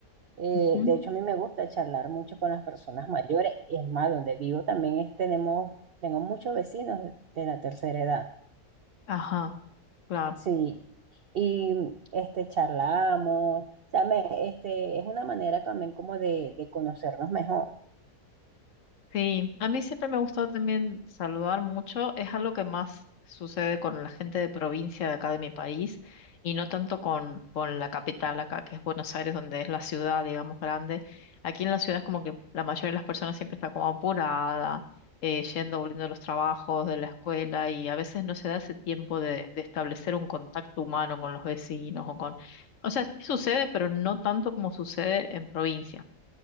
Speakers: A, on the right; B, on the left.
A: Eh,
B: Ujú.
A: de hecho, a mí me gusta charlar mucho con las personas mayores. Es más, donde vivo también es- tenemos, tengo muchos vecinos de de la tercera edad.
B: Ajá, claro.
A: Sí, y este, charlamos. O sea, me- este, es una manera también como de, de conocernos mejor.
B: Sí, a mí siempre me ha gustado también saludar mucho. Es algo que más sucede con la gente de provincia de acá de mi país y no tanto con, con la capital acá, que es Buenos Aires, donde es la ciudad, digamos, grande. Aquí en la ciudad es como que la mayoría de las personas siempre está como apurada, eh, yendo, volviendo de los trabajos, de la escuela y a veces no se da ese tiempo de, de establecer un contacto humano con los vecinos o con... O sea, sí sucede, pero no tanto como sucede en provincia.